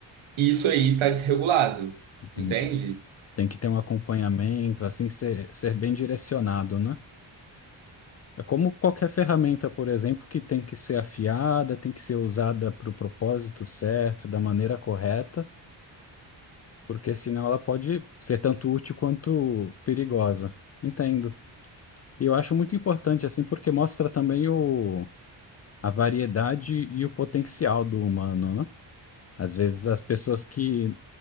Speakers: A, on the right (about 80°); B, on the left (about 35°).
A: isso aí está desregulado,
B: Entendi.
A: entende?
B: Tem que ter um acompanhamento, assim, ser, ser bem direcionado, né? É como qualquer ferramenta, por exemplo, que tem que ser afiada, tem que ser usada para o propósito certo, da maneira correta, porque senão ela pode ser tanto útil quanto perigosa. Entendo. E eu acho muito importante, assim, porque mostra também o, a variedade e o potencial do humano, né? Às vezes as pessoas que